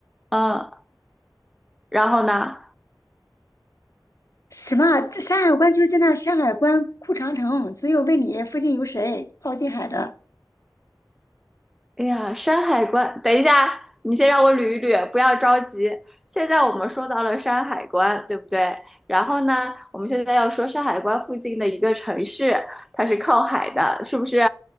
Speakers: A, in the centre; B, on the left.
A: 嗯，然后呢？
B: 什么啊这山海关就是在那山海关哭长城，所以我问你附近有谁靠近海的？
A: 哎呀，山海关，等一下，你先让我捋一捋，不要着急。现在我们说到了山海关，对不对？然后呢，我们现在要说山海关附近的一个城市，它是靠海的，是不是？